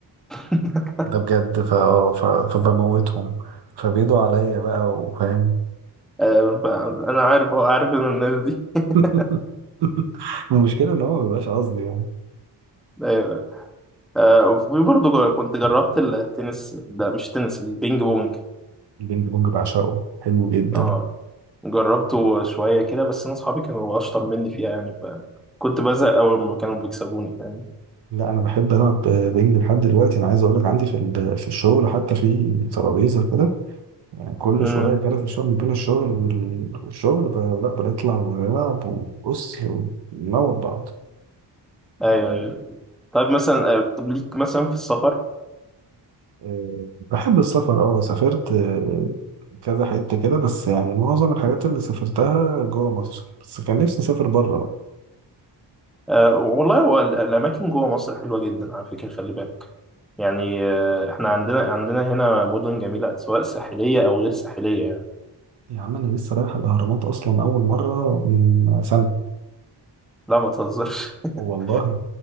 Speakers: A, in the centre; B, on the right.
A: <laughs>
B: ده بجد فا اه ف- فبموتهم فبيدوا عليا بقى وفاهم
A: آه فانا عارف هو عارف ان الناس دي <laughs>
B: <laughs> المشكله ان هو ما بيبقاش قصدي يعني
A: ايوه آه وفي برضه ج- كنت جربت التنس ده مش تنس البينج بونج
B: البينج بونج بعشقه حلو جدا
A: اه جربته شوية كده بس أنا أصحابي كانوا أشطر مني فيها يعني فكنت بزهق أول ما كانوا بيكسبوني فاهم
B: لا انا بحب العب آه، بينج لحد دلوقتي انا عايز اقول لك عندي في ال- في الشغل حتى في ترابيزه كده يعني كل
A: امم
B: شوية كده في الشغل بين الشغل وال- والشغل ب- لا بنطلع ونلعب وبص ونموت بعض
A: أيوه أيوه طيب مثلا آه، طب ليك مثلا في السفر
B: آه، بحب السفر اه سافرت آه، كذا حتة كده بس يعني معظم الحاجات اللي سافرتها جوه مصر بس كان نفسي أسافر بره بقى
A: آه والله هو ال- الأماكن جوه مصر حلوة جدا على فكرة خلي بالك يعني آه إحنا عندنا عندنا هنا مدن جميلة سواء ساحلية أو غير ساحلية يعني
B: يا عم أنا لسه رايح الأهرامات أصلا أول مرة من سنة
A: لا ما تهزرش <laughs>
B: والله